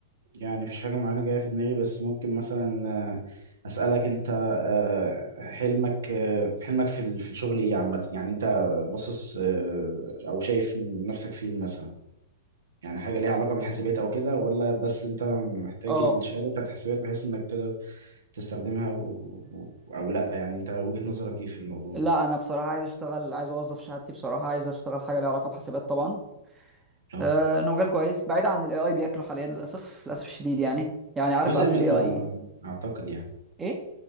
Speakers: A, on the right; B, on the right.
A: يعني مفيش حاجة معينة جاية في دماغي بس ممكن مثلا آه، أسألك أنت آه، حلمك آه، حلمك في ال- في الشغل إيه عامة يعني أنت باصص آه، أو شايف نفسك فين مثلا يعني حاجة ليها علاقة بالحاسبات أو كده ولا بس أنت محتاج
B: اه
A: الشهادة بتاعت الحاسبات بحيث إنك تقدر تستخدمها و... و- أو لأ يعني أنت وجهة نظرك إيه في الموضوع؟
B: لا انا بصراحه عايز اشتغل عايز اوظف شهادتي بصراحه عايز اشتغل حاجه ليها علاقه بحاسبات طبعا
A: أه
B: آه، انه مجال كويس بعيد عن الاي اي بياكله حاليا للاسف للاسف الشديد يعني يعني عارف
A: جزء
B: قبل
A: منه
B: الاي اي
A: آه، أعتقد يعني
B: ايه